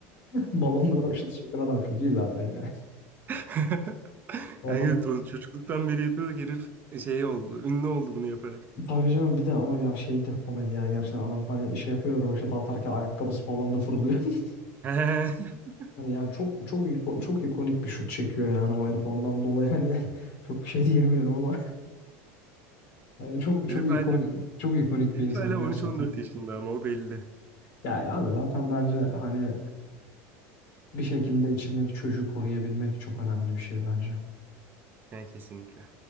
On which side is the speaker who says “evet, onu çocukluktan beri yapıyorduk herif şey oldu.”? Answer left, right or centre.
Right